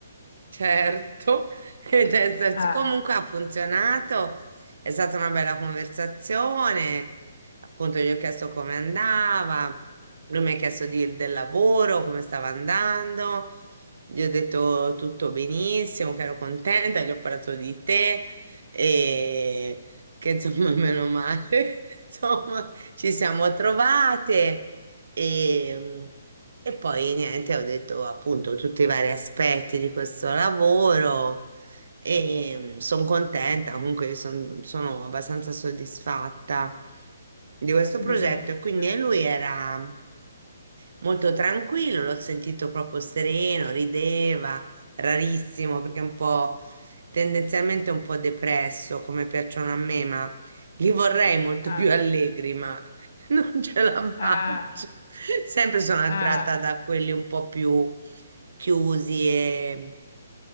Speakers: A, on the right; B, on the left.
A: Certo, <laughs> ed è stato-
B: Eh,
A: comunque ha funzionato, è stata una bella conversazione, appunto gli ho chiesto come andava, lui mi ha chiesto di- del lavoro, come stava andando, gli ho detto tutto benissimo, che ero contenta, gli ho parlato di te e che insomma <laughs> meno male, <laughs> insomma ci siamo trovate e... E poi niente, ho detto appunto tutti i vari aspetti di questo lavoro e sono contenta, comunque son- sono abbastanza soddisfatta di questo
B: benissimo.
A: progetto. E quindi e lui era molto tranquillo, l'ho sentito proprio sereno, rideva, rarissimo perché è un po' tendenzialmente un po' depresso come piacciono a me, ma li vorrei molto
B: Eh,
A: più allegri, ma <laughs> non ce la faccio.
B: eh,
A: Sempre sono attratta
B: eh. eh.
A: da quelli un po' più chiusi e,